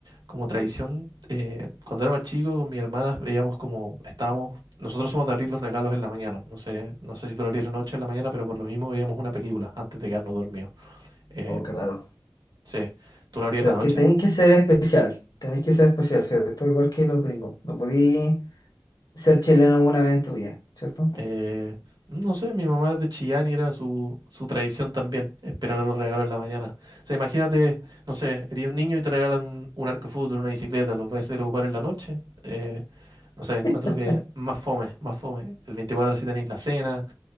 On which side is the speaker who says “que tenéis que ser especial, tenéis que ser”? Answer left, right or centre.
Left